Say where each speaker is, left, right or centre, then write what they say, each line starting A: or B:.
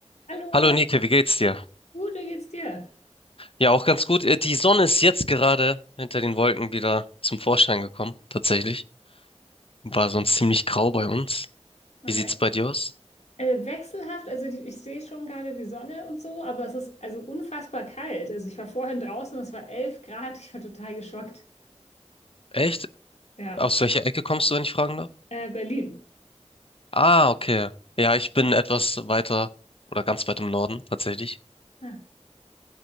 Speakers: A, on the left; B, on the left.
A: Hallo,
B: Hallo Nike, wie geht's dir?
A: gut, wie geht's dir?
B: Ja, auch ganz gut. Äh, Die Sonne ist jetzt gerade hinter den Wolken wieder zum Vorschein gekommen, tatsächlich. War sonst ziemlich grau bei uns.
A: Hi.
B: Wie sieht's bei dir aus?
A: Äh, wechselhaft, also die, ich sehe schon gerade die Sonne und so, aber es ist also unfassbar kalt. Also ich war vorhin draußen, es war 11 Grad, <laughs> ich war total geschockt.
B: Echt?
A: Ja,
B: Aus welcher Ecke kommst du, wenn ich fragen darf?
A: äh, Berlin.
B: Ah, okay. Ja, ich bin etwas weiter oder ganz weit im Norden tatsächlich,
A: Ah,